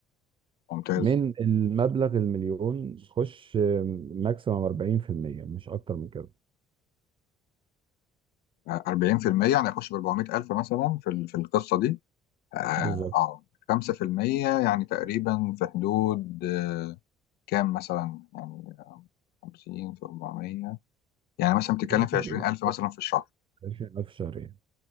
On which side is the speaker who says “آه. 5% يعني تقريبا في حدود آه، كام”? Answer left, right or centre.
Left